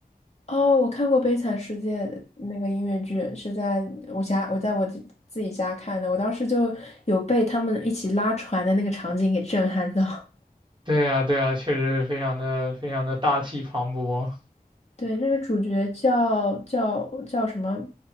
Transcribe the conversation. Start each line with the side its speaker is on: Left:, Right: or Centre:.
Left: 哦，我看过《悲惨世界》那个音乐剧，是在我家，我在我自自己家看的。我当时就有被他们一起拉船的那个场景给震撼到。
Right: 对呀，对呀，确实非常的非常的大气磅礴，
Left: <laughs> 对，那个主角叫叫叫什么？